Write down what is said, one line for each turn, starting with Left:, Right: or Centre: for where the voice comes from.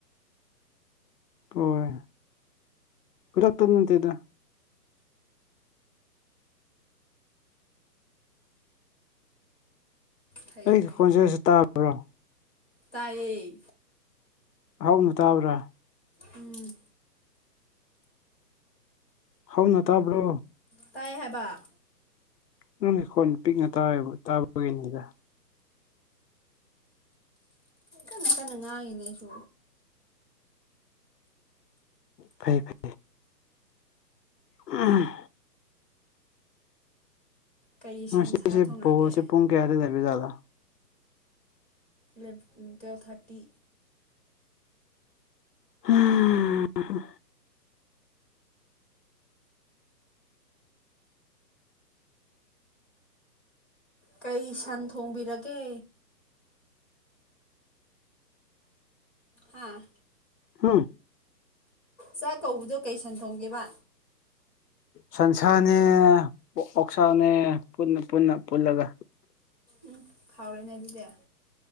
Left: ꯍꯣꯏ ꯈꯨꯗꯛꯇ ꯅꯠꯇꯦꯗ
Centre: ꯐꯩꯌꯦ
Left: ꯑꯩꯒꯤ
Centre: ꯐꯩꯌꯦ
Left: ꯈꯣꯟꯖꯦꯜꯁꯦ ꯇꯥꯕ꯭ꯔꯣ
Centre: ꯇꯥꯏꯌꯦ
Left: ꯍꯧꯅ ꯇꯥꯕ꯭ꯔꯥ
Centre: ꯎꯝ
Left: ꯍꯧꯅ ꯇꯥꯕ꯭ꯔꯣ
Centre: ꯇꯥꯏ ꯍꯥꯏꯕ
Left: ꯅꯪꯒꯤ ꯈꯣꯟ ꯄꯤꯛꯅ ꯇꯥꯏꯌꯦꯕ ꯇꯥꯕꯒꯤꯅꯤꯗ
Centre: ꯀꯟꯅ ꯀꯟꯅ ꯉꯥꯡꯉꯤꯅꯦ ꯑꯩꯁꯨ
Left: ꯐꯩ ꯐꯩ ꯎꯝ
Centre: ꯀꯩ
Left: ꯉꯁꯤꯁꯦ
Centre: ꯁꯟꯁꯥ ꯊꯣꯡꯔꯒꯦ
Left: ꯕꯣꯜꯁꯦ ꯄꯨꯡ ꯀꯌꯥꯗ ꯂꯩꯕꯖꯥꯠꯂꯥ
Centre: ꯏꯂꯚ ꯇꯨꯋꯦꯜ ꯊꯥꯔꯇꯤ
Left: ꯍꯥ ꯍꯥ
Centre: ꯀꯩ ꯁꯟ ꯊꯣꯡꯕꯤꯔꯒꯦ ꯍꯥꯥ
Left: ꯍꯨ
Centre: ꯆꯥꯛ ꯀꯧꯕꯗꯣ ꯀꯩ ꯁꯟ ꯊꯣꯡꯒꯦꯕ
Left: ꯁꯟꯁꯥꯅꯦ ꯑꯣꯛꯁꯥꯅꯦ ꯄꯨꯟꯅ ꯄꯨꯟꯅ ꯄꯨꯜꯂꯒ
Centre: ꯎꯝ ꯍꯥꯎꯔꯦꯅꯦ ꯑꯗꯨꯗꯤ